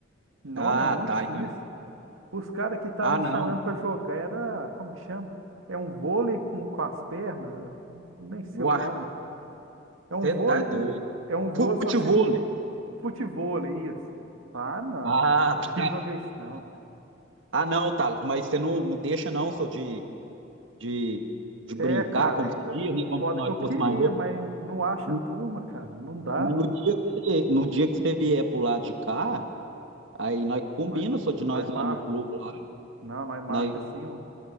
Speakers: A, on the right; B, on the right.
A: Nome
B: Ah,
A: é muito
B: tá,
A: difícil.
B: então.
A: Os caras que estavam
B: Ah,
A: me
B: não.
A: chamando pra jogar era, como que chama? É um vôlei com, com as pernas, eu nem sei
B: Uai,
A: o nome. É um
B: você
A: vôlei,
B: tá doido.
A: é um vôlei,
B: Futebol.
A: só que você chuta. Futevôlei, isso. Ah, não,
B: Ah,
A: não vou, não
B: tá.
A: vou jogar isso, não.
B: Ah, não, Taz, mas você não, não deixa, não, só de, de, de
A: É,
B: brincar,
A: cara,
B: como
A: e
B: se
A: eu-
B: diz, né?
A: o foda
B: Como se nós
A: é que eu queria,
B: fosse mais novo.
A: mas não acha
B: No-
A: turma, cara, não dá.
B: mas no dia que você, no dia que você vier pro lado de cá. Aí nós combina,
A: Nós
B: só de
A: nós
B: nós ir
A: marca.
B: lá no clube lá,
A: Não, nós marca
B: nós,
A: sim, mano.